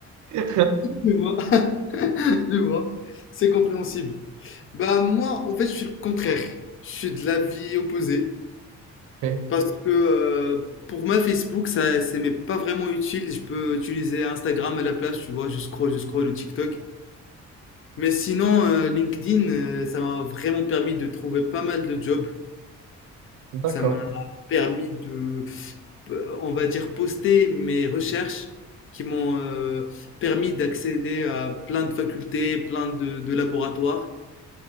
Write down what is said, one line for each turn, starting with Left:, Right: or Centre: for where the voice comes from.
Right: <laughs>
Left: Je vois, <laughs> je vois. C'est compréhensible. Bah moi, en fait, je suis le contraire. Je suis de l'avis opposé.
Right: Ok,
Left: Parce que euh, pour moi, Facebook, ça, c'est mais pas vraiment utile. Je peux utiliser Instagram à la place, tu vois. Je scroll, je scroll ou TikTok. Mais sinon, euh, LinkedIn, euh, ça m'a vraiment permis de trouver pas mal de jobs.
Right: d'accord.
Left: Ça m'a permis de euh, on va dire, poster mes recherches qui m'ont euh, permis d'accéder à plein de facultés, plein de, de laboratoires.